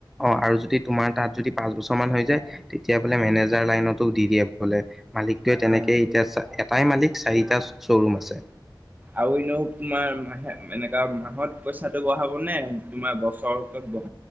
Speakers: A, in the centre; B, on the right (about 20°).
A: অ', আৰু যদি তোমাৰ তাত যদি পাঁচ বছৰ মান হৈ যায় তেতিয়া বোলে
B: অ
A: মেনেজাৰ লাইনতো দি দিয়ে বোলে ৷ মালিকটোৱে তেনেকেই
B: অ
A: এতিয়া এটাই মালিক চাৰিটা শ্ব'ৰুম আছে ৷
B: আৰু এনেও তোমাৰ মাহে এনেকা মাহত পইচাটো বঢ়াব নে তোমাৰ বছৰ ব